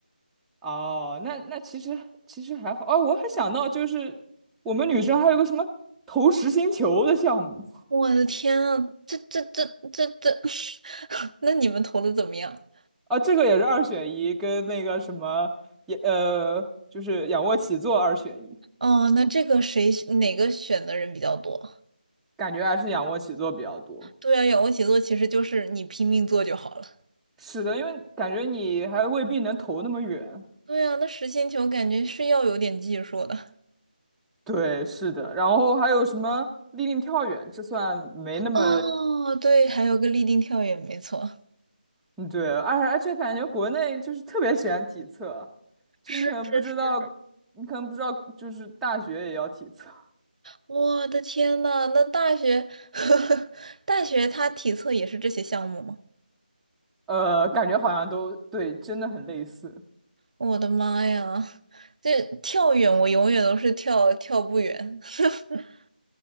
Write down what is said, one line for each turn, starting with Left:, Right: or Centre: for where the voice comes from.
Centre: 哦，那那其实其实还好啊，我还想到就是我们女生还有个什么投实心球的项目
Right: 我的天啊，这这这这这，<laughs> 那你们投的怎么样？
Centre: 啊，这个也是二选一，跟那个什么也呃就是仰卧起坐二选一，
Right: 哦，那这个谁哪个选的人比较多？
Centre: 感觉还是仰卧起坐比较多。
Right: 对啊，仰卧起坐其实就是你拼命做就好了。
Centre: 是的，因为感觉你还未必能投那么远。
Right: 对啊，那实心球感觉是要有点技术的。
Centre: 对，是的。然后还有什么立定跳远，这算没那么
Right: 哦，对，还有个立定跳远，没错。
Centre: 嗯对，而且而且感觉国内就是特别喜欢体测，就你可能不知道，
Right: 是是是，
Centre: 你可能不知道，就是大学也要体测，
Right: 我的天呐，那大学，<laughs> 大学它体测也是这些项目吗？
Centre: 呃，感觉好像都对，真的很类似。
Right: 我的妈呀，这跳远我永远都是跳跳不远。<laughs>